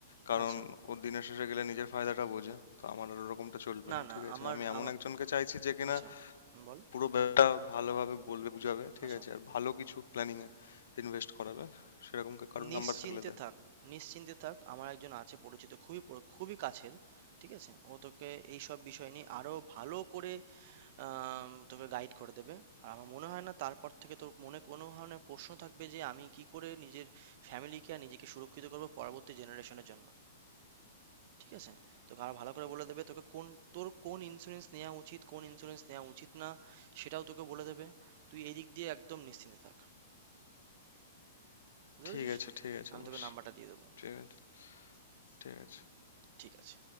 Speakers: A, on the left; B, on the right.
A: কারণ
B: আচ্ছা।
A: ও দিনের শেষে গেলে নিজের ফায়দাটা বোঝে তো আমার আর ওরকমটা চলবে
B: না,
A: না
B: না।
A: ঠিক আছে
B: আমার
A: আমি এমন
B: আমা
A: একজনকে চাইছি যে কিনা
B: আচ্ছা, হুম, বল।
A: পুরো ব্যাপারটা ভালোভাবে বলবে বুঝাবে ঠিক
B: আচ্ছা।
A: আছে আর ভালো কিছু প্ল্যানিং এ ইনভেস্ট করাবে সেরকম কা- কারো
B: নিশ্চিন্তে
A: নাম্বার থাকলে দেয়
B: থাক নিশ্চিন্তে থাক আমার একজন আছে পরিচিত খুবই পর- খুবই কাছের ঠিক আছে ও তোকে এইসব বিষয় নিয়ে আরো ভালো করে আম, তোকে গাইড করে দেবে আর আমার মনে হয় না তারপর থেকে তোর মনে কোনো ধরনের প্রশ্ন থাকবে যে আমি কি করে নিজের ফ্যামিলিকে আর নিজেকে সুরক্ষিত করবো পরবর্তী জেনারেশনের জন্য ঠিক আছে তোকে আরো ভালো করে বলে দেবে তোকে কোন তোর কোন ইন্স্যুরেন্স নেওয়া উচিত কোন ইন্স্যুরেন্স নেওয়া উচিত না সেটাও তোকে বলে দেবে তুই এই দিক দিয়ে একদম নিশ্চিন্তে থাক বুঝতে
A: ঠিক
B: পেরেছিস
A: আছে ঠিক আছে
B: আমি
A: বস
B: তোকে নাম্বারটা দিয়ে দেবো
A: ঠিক আছে ঠিক আছে
B: ঠিক আছে